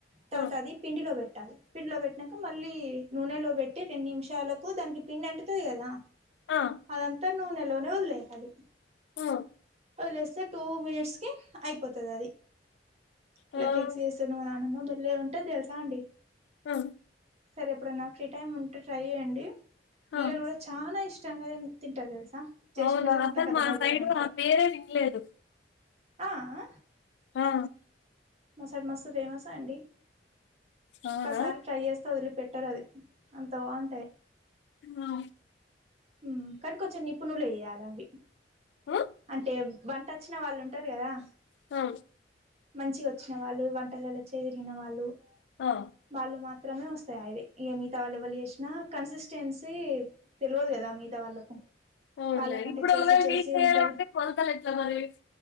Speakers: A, on the right; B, on the left.
A: తర్వాత
B: ఆ
A: అది పిండిలో పెట్టాలి పిండిలో పెట్టినాక మళ్ళీ నూనెలో పెట్ట పెట్టీ రెండు నిమిషాలకు దానికి పిండి అంటతది కదా
B: ఆ
A: అదంతా నూనెలోనే వదిలేయాలి
B: ఓ
A: వేస్తే టూ మినిట్స్ కి అయిపోతుంది అది ఇట్లా
B: ఆ ఆ
A: మా నానమ్మ బల్లే ఉంటది తెలుసా అండి
B: ఆ
A: సరే ఎపుడైనా ఫ్రీ టైమ్ ఉంటే ట్రై చెయ్యండి పిల్లలు
B: ఆ
A: కూడా చానా ఇష్టంగా తిం తింటారు తెల్సా చేసినద
B: అవునా
A: మొత్తాంఖతమై
B: అసలు సైడు
A: మా ఇంట్లో
B: ఆ పేరే వినలేదు
A: ఆ అ
B: ఆ
A: మా సైడు మస్తు ఫేమస్ అండి
B: అవునా
A: ఒక్కసారి ట్రై చేస్ వదిలిపెట్టరు అది అంత బాగుంటాయ్
B: ఉ
A: ఉమ్ కాని కొంచెం నిపుణులు వేయ్యాలి అవి
B: ఆ
A: అంటే బంట వచ్చిన వాళ్ళు ఉంటారు కదా?
B: ఆ
A: మంచిగా వచ్చిన వాళ్ళు వంటలలో చేదిరిగిన వాళ్ళు
B: ఆ
A: వాళ్ళు మాత్రమే వస్తాయి అవి మిగతా వాళ్ళు ఎవ్వళు చేసినా కన్సిస్టెన్సీ తెల్వదు కదా మిగతా వాళ్ళకు
B: అవునులే
A: వాళ్ళకంటే
B: ఇబ్డు
A: చేసి
B: ఒకవేళ
A: చేసి
B: మీక్ చెయ్యాలంటే
A: ఉంటది
B: కొలతలు ఎట్లా మరి?